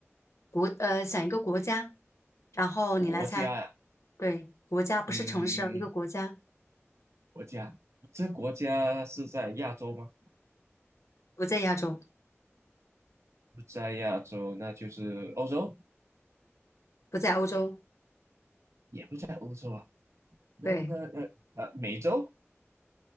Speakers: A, on the left; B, on the right.
A: 国呃想一个国家，然后你来猜，
B: 国家呀，
A: 对，国家不是城市哦一个国家
B: 嗯，国家，这国家是在亚洲吗？
A: 不在亚洲。
B: 不在亚洲，那就是欧洲。
A: 不在欧洲，
B: 也不在欧洲啊，那那那呃美洲
A: 对，